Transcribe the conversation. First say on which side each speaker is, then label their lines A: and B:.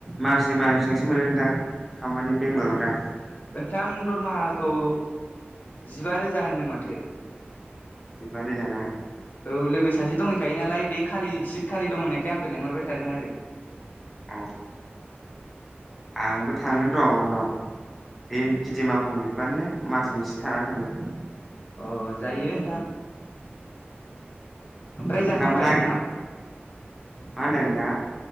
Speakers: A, in the centre; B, on the left.
A: मा जेमा बेसिबांसो मोनो नोंथां खामानि बेंगलराव दा?
B: नोंथां दरमाहाखौ जिबा रोजा होनदों माथो।
A: जिबारोजाना
B: औ लोगो सासे दंहैखायो नालाय बे खालि सित खालि दं होननायखाय आंखौ लेंहरबाय थादों आरो।
A: अ आंबो थांगोन र' उनाव बे खेथि मावााखंजोबबानो मास मोनसे थानानै थांगोन।
B: अ जायो नोंथां। ओमफ्राय
A: नोंथाङाबो
B: जाखांबाय
A: नागिर
B: नोंथाङा?
A: मा होनदों नोंथाङा